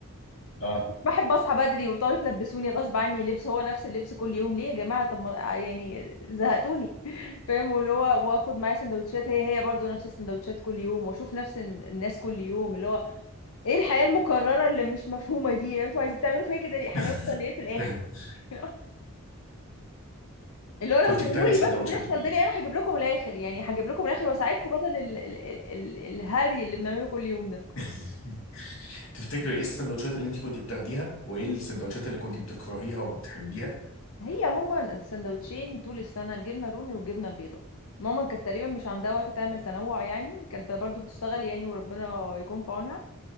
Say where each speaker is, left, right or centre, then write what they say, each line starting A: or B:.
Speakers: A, on the left; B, on the left.
A: اه
B: بحب اصحى بدري وتقعدوا تلبسوني غصب عني لبس هو نفس اللبس كل يوم ليه يا جماعه طب ما آه، يعني زهقتوني <laughs> فاهم واللي هو واخد معايا سندوتشات هي هي برضو نفس السندوتشات كل يوم واشوف نفس الن- الناس كل يوم اللي هو ايه الحياه المكرره اللي مش مفهومه دي يعني انتوا عايزين بتعملوا فيا كده ليه
A: <laughs>
B: هنوصل ليه في الاخر <laughs> اللي هو
A: كنت
B: لو تقولوا
A: بتاخدي
B: لي
A: سندوتشات
B: بس بيحصل
A: ايه؟
B: ده ليه انا هجيب لكم الاخر يعني هجيب لكم الاخر واساعدكم بدل ال ال ال ال الهري اللي بنعمله كل يوم ده
A: <laughs> تفتكري ايه السندوتشات اللي انت كنت بتاخديها وايه السندوتشات اللي كنت بتكرهيها وبتحبيها؟
B: هي هما سندوتشين طول السنة الجبنة الرومي والجبنة البيضاء ماما كانت تقريبا مش عندها وقت تعمل تنوع يعني كانت برضو بتشتغل يعني وربنا يكون في عونها